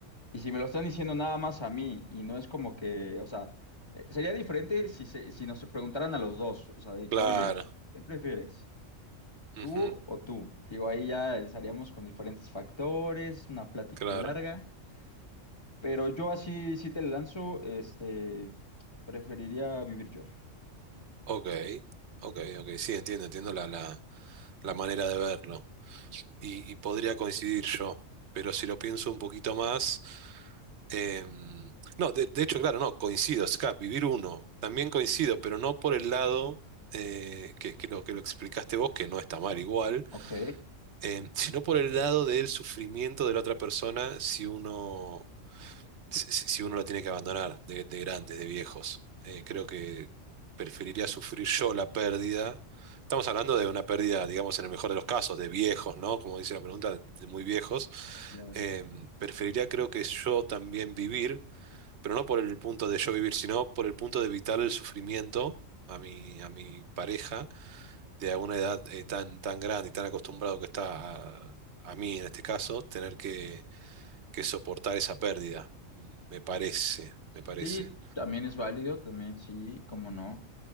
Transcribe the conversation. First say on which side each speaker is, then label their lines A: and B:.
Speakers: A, on the left (about 20°); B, on the right (about 60°).
A: Y si me lo están diciendo nada más a mí y no es como que, o sea, eh, sería diferente si, se- si nos preguntaran a los dos, o sea, de
B: claro.
A: que, oye, ¿qué prefieres?
B: ujú,
A: ¿Tú o tú? Digo, ahí ya estaríamos con diferentes factores, una plática
B: claro.
A: larga, pero yo así, si te lanzo, este, preferiría vivir yo.
B: Ok, ok, ok. Sí, entiendo, entiendo la, la, la manera de verlo. y, y podría coincidir yo, pero si lo pienso un poquito más, em, no, de, de hecho, claro, no, coincido, Scap, vivir uno, también coincido, pero no por el lado eh, que, que lo, que lo explicaste vos, que no está mal igual,
A: Ok.
B: em, sino por el lado del sufrimiento de la otra persona si uno si, si- si uno la tiene que abandonar de, de grandes, de viejos. Eh, creo que preferiría sufrir yo la pérdida. Estamos hablando de una pérdida, digamos, en el mejor de los casos, de viejos, ¿no? Como dice la pregunta, de muy viejos.
A: Claro.
B: Em, preferiría, creo que yo también vivir, pero no por el punto de yo vivir, sino por el punto de evitar el sufrimiento a mi, a mi pareja de una edad eh, tan, tan grande y tan acostumbrado que está a, a mí en este caso, tener que que soportar esa pérdida, me parece,
A: Sí,
B: me parece.
A: también es válido, también sí, cómo no.